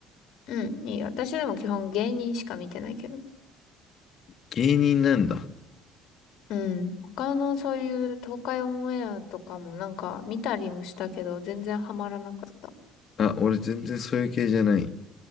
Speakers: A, on the left; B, on the left.
A: うん、いいよ。私でも基本芸人しか見てないけど。
B: 芸人なんだ。
A: うん。他のそういう東海オンエアとかもなんか見たりもしたけど、全然ハマらなかった。
B: あ、俺全然そういう系じゃない。